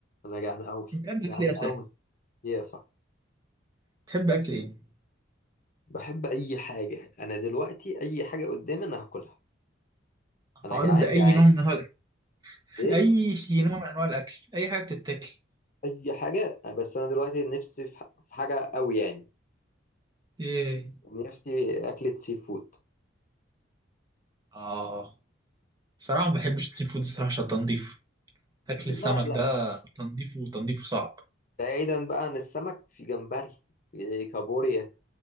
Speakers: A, on the left (about 45°); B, on the right (about 20°).
A: انا جعان قوي
B: بتحب اكل
A: جعان
B: ايه يا
A: قوي
B: سيد؟
A: يا صح
B: تحب اكل ايه؟
A: بحب اي حاجه انا دلوقتي اي حاجه قدامي انا هاكلها انا
B: عارض
A: جعان
B: اي
A: جعان
B: نوع من انواع الاكل
A: ايه
B: اي نوع من انواع الاكل اي حاجه بتتاكل
A: اي حاجه بس انا دلوقتي نفسي في ح- في حاجه قوي يعني
B: ايه
A: نفسي اكله سي فود
B: اه صراحه ما بحبش السي فود الصراحه عشان تنظيف اكل
A: لا
B: السمك
A: لا
B: ده تنظيفه تنظيفه صعب
A: بعيدا بقى عن السمك في جمبري في كابوريا